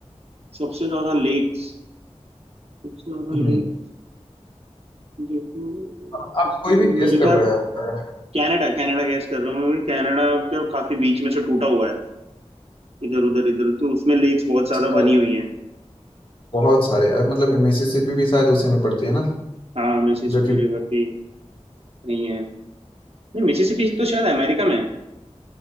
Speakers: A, on the right (about 60°); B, on the left (about 45°).
A: सबसे ज्यादा लेक्स सबसे ज्यादा
B: हम्म
A: लेक देखो
B: आप आप
A: इसमें
B: कोई भी
A: ये मेरे
B: गेस
A: ख्याल
B: कर रहे
A: से कनाडा कनाडा गैस कर रहा हूँ क्योंकि कनाडा के काफी बीच में से टूटा हुआ है इधर उधर इधर तो उसमें लेक्स बहुत ज्यादा
B: हैं
A: बनी हुई हैं
B: बहुत सारे यार मतलब मिसिसिपी भी शायद उसी में पड़ती है ना
A: हाँ मिसिसिपी
B: जो कि
A: रिवर भी वही है नहीं मिसिसिपी तो शायद अमेरिका में है